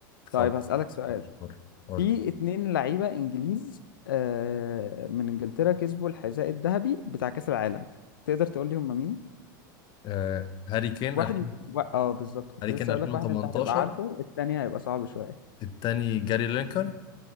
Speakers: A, on the left; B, on the left.
A: خلاص
B: طيب هسألك سؤال
A: قول قول
B: في
A: لي.
B: اتنين لعيبة انجليز آه من انجلترا كسبوا الحذاء الذهبي بتاع كأس العالم تقدر تقول لي هم مين؟
A: آه... هاري كين
B: واحد
A: ألف-
B: و... اه بالظبط كنت
A: هاري
B: لسه
A: كين 2018
B: اقول لك واحد انت هتبقى عارفه التاني هيبقى صعب شوية
A: التاني جاري لينكر